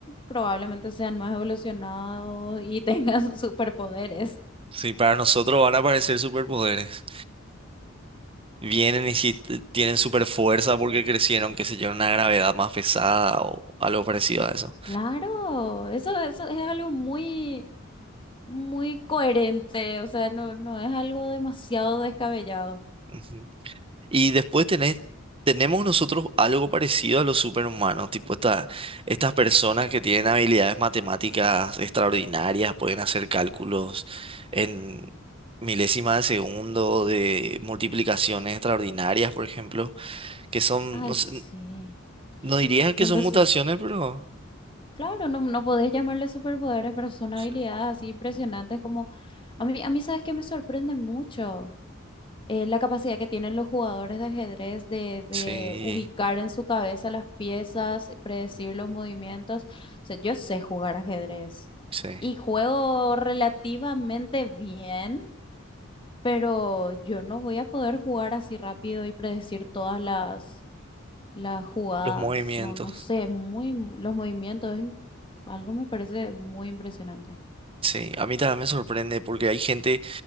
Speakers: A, on the left; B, on the right.
A: probablemente sean más evolucionados y tengan <laughs> superpoderes.
B: si para nosotros van a aparecer superpoderes? Vienen y si t- tienen super fuerza porque crecieron, qué sé yo, en una gravedad más pesada o algo parecido a eso.
A: Claro, eso, eso es algo muy, muy coherente, o sea, no, no es algo demasiado descabellado.
B: Ujú. Y después tenés, tenemos nosotros algo parecido a los superhumanos, tipo esta- estas personas que tienen habilidades matemáticas extraordinarias, pueden hacer cálculos en milésimas de segundo, de multiplicaciones extraordinarias, por ejemplo, que son,
A: Ay,
B: no sé,
A: sí.
B: no diría que
A: No empecé.
B: son mutaciones, pero
A: Claro, no, no podés llamarle superpoderes, pero son habilidades
B: no sé.
A: así impresionantes como... A mí, a mí sabes que me sorprende mucho Eh, la capacidad que tienen los jugadores de ajedrez de, de
B: sí,
A: ubicar en su cabeza las piezas, predecir los movimientos. O sea, yo sé jugar ajedrez
B: sí,
A: y juego relativamente bien, pero yo no voy a poder jugar así rápido y predecir todas las las jugadas,
B: los movimientos.
A: no, no sé, muy, mu- los movimientos, es- algo me parece muy impresionante.
B: Sí, a mí también me sorprende porque hay gente